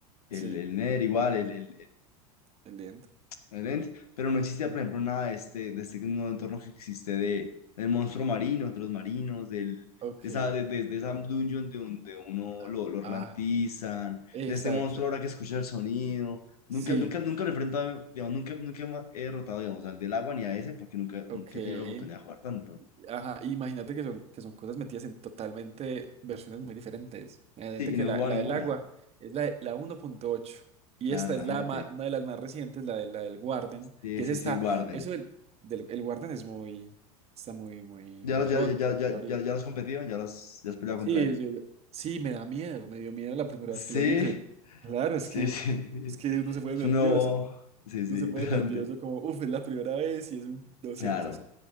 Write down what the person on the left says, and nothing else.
el,
el Nether igual, el, el,
excelente pero no existía,
por ejemplo, nada de este, de este nuevo entorno que existe de, del monstruo marino, de los marinos, del,
de, esa, de, de- de esa dungeon de donde uno
lo, lo ralentizan,
de este monstruo ahora que escucha el sonido. Nunca,
nunca, nunca lo he enfrentado, digamos, nunca, nunca ma- he derrotado, digamos, al del agua ni a ese, porque nunca,
nunca he tenido la oportunidad de jugar tanto.
Sí, y
no
he jugado
ninguna.
Claro,
imagínate.
Sí,
sí,
sí, guarden.
¿Ya
los,
ya, ya,
ya,
ya, ya ya los competido? ¿Ya los, ya has peleado
contra
Sí,
sí,
sí.
Es
un nuevo. Sí, sí,
interesante.
Claro.